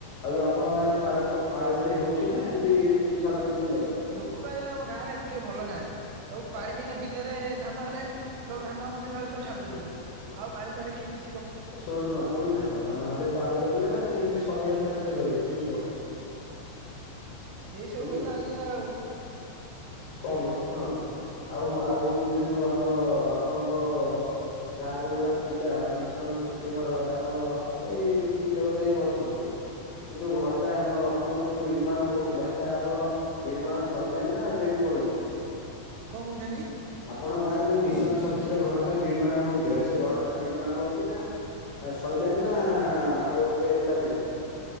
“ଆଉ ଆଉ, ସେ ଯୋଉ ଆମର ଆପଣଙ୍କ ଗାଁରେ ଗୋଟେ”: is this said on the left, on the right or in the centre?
Left